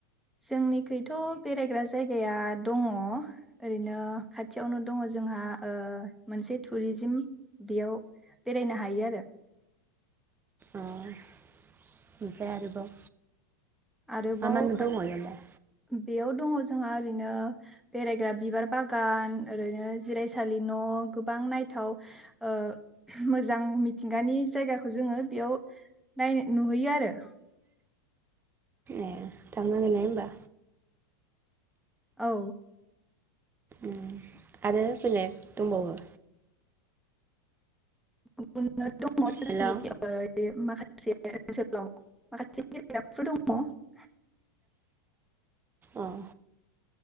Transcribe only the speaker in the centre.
जोंनिखैथ' बेरायग्रा जायगाया दङ। ओरैनो खाथियावनो दङ जोंहा ओ मोनसे टुरिजिम बेयाव बेरायनो हायो आरो।
आरोबाव
खा
बेयाव दङ जो जोंहा ओरैनो बेरायग्रा बिबार बागान ओरैनो जिरायसालि न'। गोबां नायथाव ओ मोजां मिथिंगानि जायगाखौ जोङो बेयाव नाय नुहैयो आरो।
औ।
<unintelligible>
<unintelligible> <unintelligible> दङ।